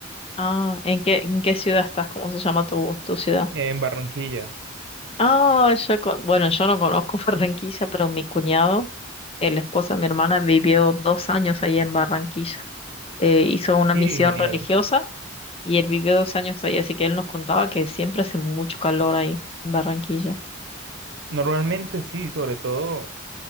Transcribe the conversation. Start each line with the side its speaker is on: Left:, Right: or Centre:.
Left: Ah, ¿en qué, en qué ciudad estás? ¿Cómo se llama tu, tu ciudad?
Right: en Barranquilla,
Left: Ah, yo, con- bueno, yo no conozco <laughs> Barranquilla, pero mi cuñado, el esposo de mi hermana, vivió dos años ahí en Barranquilla. Eh, hizo una
Right: y
Left: misión
Right: genial.
Left: religiosa y él vivió dos años ahí, así que él nos contaba que siempre hace mucho calor ahí en Barranquilla.
Right: Normalmente sí, sobre todo.